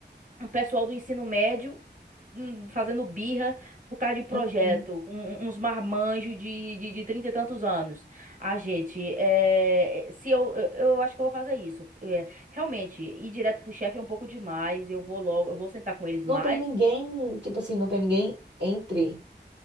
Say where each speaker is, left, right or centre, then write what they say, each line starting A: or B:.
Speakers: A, on the right; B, on the right.
A: um pessoal do ensino médio hum, fazendo birra por causa de projeto,
B: Uhum.
A: um- um, uns marmanjos de, de, de trinta e tantos anos. Ah, gente, é, se eu, eu eu acho que eu vou fazer isso. É, realmente, ir direto pro chefe é um pouco demais. Eu vou logo, eu vou sentar com eles mais.
B: Não tem ninguém, tipo assim, não tem ninguém entre